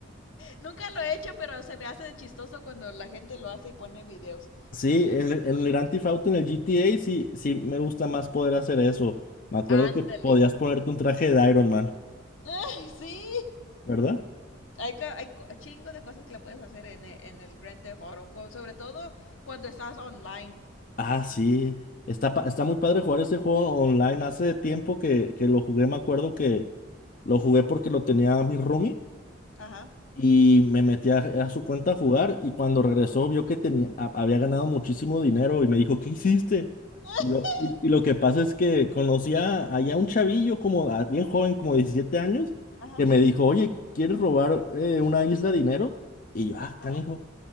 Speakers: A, on the left; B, on the left.
A: nunca lo he hecho, pero se me hace chistoso cuando la gente lo hace y pone videos.
B: Sí, en, el en el Grand Theft Auto, en el GTA, sí, sí me gusta más poder hacer eso. Me acuerdo
A: Ándale.
B: que podías ponerte un traje de Iron Man,
A: Ay, sí,
B: ¿verdad?
A: hay, hay chingo de cosas que le puedes hacer en, el- en el Grand Theft Auto, con- sobre todo cuando estás online.
B: Ah, sí. Está, pa- está muy padre jugar ese juego online. Hace tiempo que, que lo jugué, me acuerdo que lo jugué porque lo tenía mi roomie
A: Ajá.
B: y me metí a, a su cuenta a jugar y cuando regresó vio que tenía, ha- había ganado muchísimo dinero y me dijo, ¿qué hiciste?
A: <laughs>
B: Y lo, y, y lo que pasa es que conocía allá un chavillo como a- bien joven, como 17 años,
A: Ajá.
B: que me dijo, oye, ¿quieres robar eh, una isla de dinero? Y yo, ah,
A: Ajá.
B: canijo.